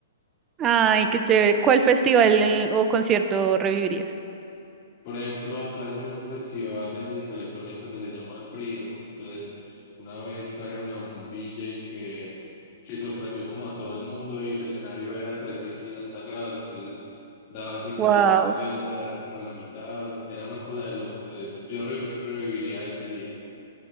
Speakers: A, on the right; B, on the left.
A: Ay, qué chévere. ¿Cuál festival en- o concierto revivirías?
B: Por ejemplo, acá hacen un festival de música electrónica que se llama el Freedom. Entonces, una vez trajeron a un DJ que, que sorprendió como a todo el mundo y el escenario era 360 grados, entonces daba así toda
A: wow
B: la vuelta, era como en la mitad, era una cosa de loco. yo re- reviviría ese día.